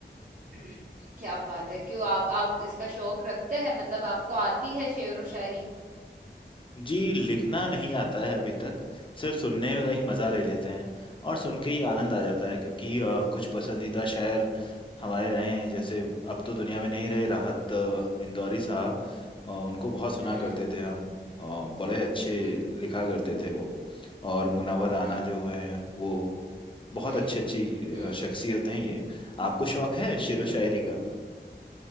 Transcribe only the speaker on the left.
जी लिखना नहीं आता है अभी तक सिर्फ सुनने का ही मज़ा ले
लेते हैं और सुन के ही आनंद आ जाता है क्योंकि अ, कुछ पसंदीदा शायर हमारे रहे हैं जैसे अब तो दुनिया में नहीं रहे राहत अ, इंदौरी साहब अ, उनको बहुत सुना
करते थे हम अ, बड़े अच्छे
लिखा करते थे वो और मुनव्वर राना
जो हैं वो बहुत
अच्छी अच्छी
अ, शख्सियत हैं ये आपको शौक है शेरो
शायरी का